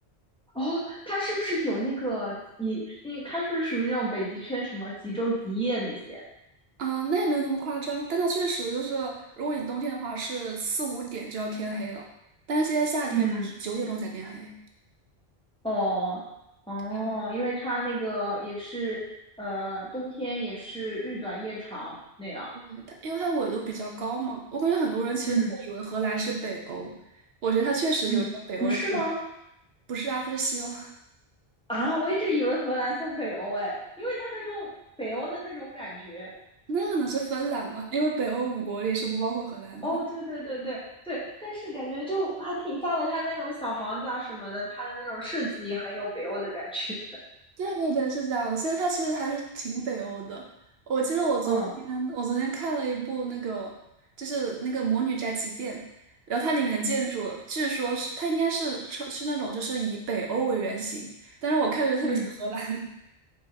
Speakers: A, in the centre; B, on the right (about 75°).
A: 哦，它是不是有那个也，因为它是不是属于那种北极圈什么极昼极夜那些？
B: 嗯，那也没有那么夸张，但它确实就是，如果你冬天的话，是四五点就要天黑了，但是现在夏天嘛是九点钟才天黑。
A: 嗯，哦哦，
B: 嗯
A: 因为它那个也是呃，冬天也是日短夜长那样。
B: 对它因为它纬度比较高嘛，我感觉很多人其实都会以为荷兰是北欧，
A: 嗯
B: 我觉得它确实有一点北欧的特质。
A: 嗯，不是吗？
B: 不是啊，它是西欧，
A: 啊，我一直以为荷兰算北欧哎，因为它很有北欧的那种感觉。
B: <laughs> 那可能是芬兰吧，因为北欧五国里是不包括荷兰的。
A: 哦，对对对对对，但是感觉就还挺像的，它那种小房子啊什么的，它的那种设计也很有北欧的感觉。
B: 对对对，是这样的，所以它其实还是挺北欧的。我记得我昨天我昨天看了一部那个就是那个《魔女宅急便》，
A: 嗯
B: 然后它里面的建筑据说是它应该是是那种就是以北欧为原型，但是我看着就特别像荷兰。
A: 嗯，